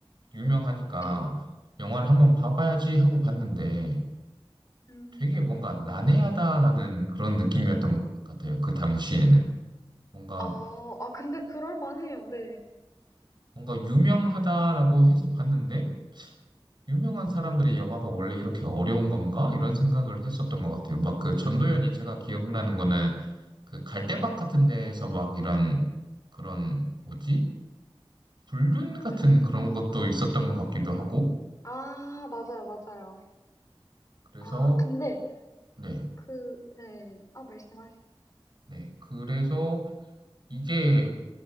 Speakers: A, on the right; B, on the left.
A: 유명하니까
B: 네.
A: 영화를 한번 봐봐야지 하고 봤는데
B: 음.
A: 되게 뭔가 난해하다라는 그런 느낌이었던 것 같아요. 그 당시에는 뭔가
B: 아, 아, 근데 그럴 만해요. 네.
A: 뭔가 유명하다라고 해서 봤는데 유명한 사람들의 영화가 원래 이렇게 어려운 건가? 이런 생각을 했었던 것 같아요. 막 그 전도연이 제가 기억나는 거는 그 갈대밭
B: 네.
A: 같은 데에서 막 이런 그런 뭐지? 불균 같은
B: 음.
A: 그런 것도 있었던 것 같기도 하고,
B: 아, 맞아요, 맞아요.
A: 그래서,
B: 아, 근데
A: 네,
B: 그, 네. 아, 말씀하세요.
A: 네, 그래서 이게,